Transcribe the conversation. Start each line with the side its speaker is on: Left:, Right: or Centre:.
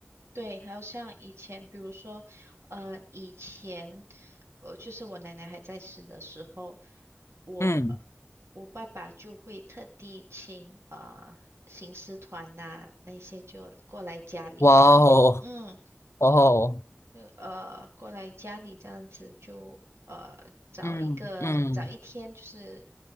Right: 对，还有像以前，比如说，呃，以前，呃，就是我奶奶还在世的时候，我
Left: 嗯
Right: 我爸爸就会特地请啊、呃、行尸团呐、那些就过来家里，
Left: 哇哦，
Right: 嗯。
Left: 哇哦，
Right: 就呃过来家里这样子就呃找一个找一天，
Left: 嗯嗯，
Right: 就是